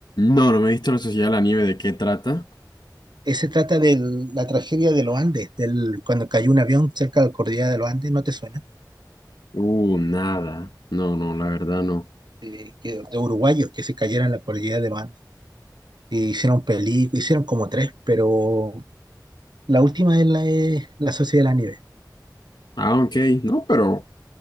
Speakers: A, on the left; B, on the right.
A: No, no me he visto La Sociedad de la Nieve, ¿de qué trata?
B: Eh, se trata de la tragedia de los Andes, del, cuando cayó un avión cerca de la cordillera de los Andes, ¿no te suena?
A: Uh, nada. No, no, la verdad no.
B: Eh, que- de uruguayos que se cayeron en la cordillera de los Andes. Y hicieron películas, hicieron como tres, pero la última es la, es la Sociedad de la Nieve.
A: Ah, ok, no, pero